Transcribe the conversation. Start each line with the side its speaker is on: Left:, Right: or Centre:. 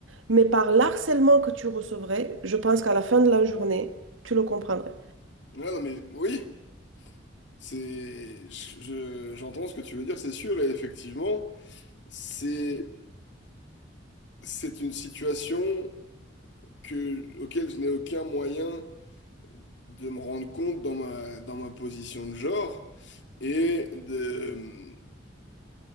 Right: mais par l'harcèlement que tu recevrais, je pense qu'à la fin de la journée, tu le comprendrais.
Left: Ah, non, mais oui, c'est... je- je- j'entends ce que tu veux dire, c'est sûr, et effectivement, c'est c'est une situation que... auquel je n'ai aucun moyen de me rendre compte dans ma, dans ma position de genre, et de...